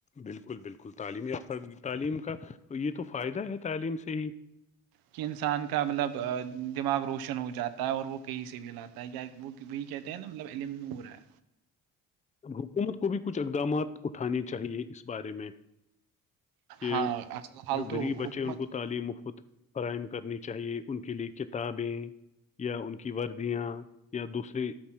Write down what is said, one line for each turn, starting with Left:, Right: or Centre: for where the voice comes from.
Left: بالکل بالکل تعلیمی افر تعلیم کا یہ تو فائدہ ہے تعلیم سے ہی <unintelligible>
Right: کہ انسان کا مطلب دماغ روشن ہو جاتا ہے اور وہ کہیں سے بھی لاتا ہے کیا وہ وہی کہتے ہیں نا مطلب علم نور ہے
Left: حکومت کو بھی کچھ اقدامات اٹھانے چاہیے اس بارے میں کہ
Right: ہاں اصل حال
Left: جو
Right: تو
Left: غریب بچے
Right: حکومت
Left: ہیں ان کو
Right: ہی
Left: تعلیم مفت فراہم کرنی چاہیے ان کے لیے کتابیں یا ان کی وردیاں یا دوسرے